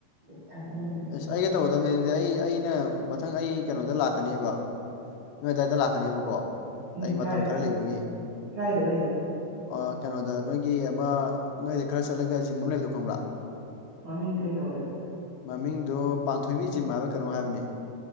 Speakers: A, on the right; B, on the left.
A: ꯏꯊꯟꯗ ꯂꯩꯕꯅꯤꯅ
B: ꯑꯁ ꯑꯩꯒ ꯇꯧꯒꯗꯕꯅꯦ ꯗꯨꯗꯤ ꯑꯩ ꯑꯩꯅ ꯃꯊꯪ ꯑꯩ ꯀꯩꯅꯣꯗ ꯂꯥꯛꯀꯅꯦꯕ ꯅꯣꯏ ꯑꯗꯥꯏꯗ ꯂꯥꯛꯀꯅꯦꯕꯀꯣ
A: ꯎꯝ
B: ꯑꯩ ꯃꯇꯝ
A: ꯀꯥꯏ
B: ꯈꯔ ꯂꯩꯕꯒꯤ
A: ꯀꯥꯏꯗ ꯂꯩꯗꯣꯏꯕ
B: ꯑꯥ ꯀꯩꯅꯣꯗ ꯅꯣꯏꯒꯤ ꯑꯃ ꯅꯣꯏꯗ ꯈꯔ ꯆꯠꯂꯒ ꯖꯤꯝ ꯑꯃ ꯂꯩꯕꯗꯣ ꯈꯪꯕ꯭ꯔꯥ
A: ꯃꯃꯤꯡ ꯀꯩ ꯀꯧꯒ‌ꯦ
B: ꯃꯃꯤꯡꯗ‌ꯣ ꯄꯥꯟꯊꯣꯏꯕꯤ ꯖꯤꯝ ꯍꯥꯏꯕꯔ ꯀꯩꯅꯣ ꯍꯥꯏꯕꯅꯦ